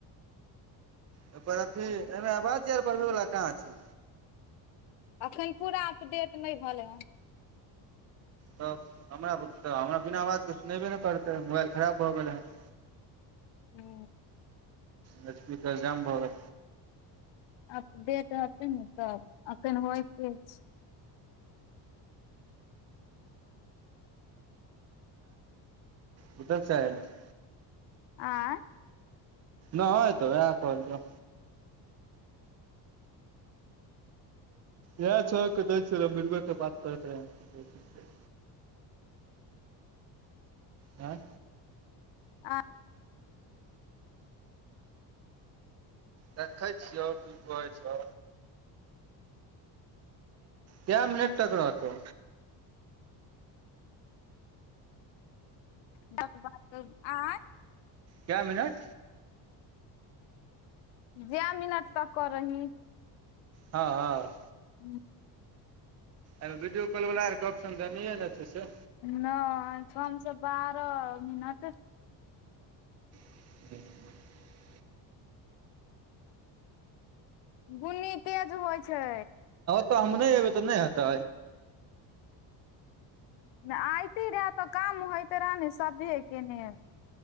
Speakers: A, on the right; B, on the left.
A: ओयपर अथी एहिमे आवाज यर पढ़बैवला कहाँ छै
B: अखैन पूरा अपडेट नहि भेलै हन
A: तब हमरा तऽ <inaudible> हमरा बिना आवाजके सुनेबे नैय करतै मोबाइल खराब भऽ गेलै हन
B: हू
A: लपीतल <inaudible> जाम बाब
B: अपडेट अखैन हतो अखैन होतै छैय
A: ओधल छै ह ने <inaudible>
B: आँ
A: नैय तऽ उहै कहलियै इह छ कमभीरबर <inaudible> त बात करड़त रहै आँ
B: आ
A: देखै छियौ की कहै छौ क्या मीनट तक रहतौ
B: ब बात <inaudible> आँ
A: क्या मिनट
B: जैं मिनट तक करही
A: हँ हँ
B: ह <inaudible>
A: अएमे वीडियो कॉल वला यर के ऑप्शन दनैये नैय छै से
B: नहि कमसँ बारह मिनट
A: ह <inaudible>
B: बुन्नी तेज होइ छै
A: त हम नहि अबै तऽ नहि हेतै
B: नैय अयती रहए तऽ काम होइत रहै न सभेके ने